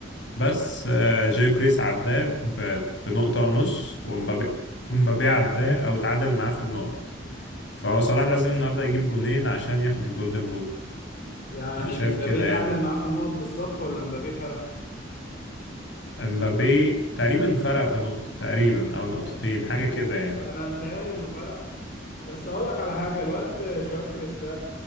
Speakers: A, on the left; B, on the left.
A: بس آه، جاي كريس عداه ب- بنقطه ونص ومبابي ومبابي عداه او اتعادل معاه في النقط فهو صلاح لازم النهارده يجيب جونين عشان ياخد الجولدن بوت
B: يعني
A: انا شايف
B: مبابي
A: كده يعني
B: تعادل معاه في النقط بالظبط ولا مبابي فرق؟
A: امبابي تقريبا فرق بنقطة تقريبا او نقطتين
B: اه
A: حاجة
B: انا
A: كده
B: حاسس
A: يعني
B: انا متهيألي انه فرق بس اقول لك على حاجه الواد جواكريس كريس ده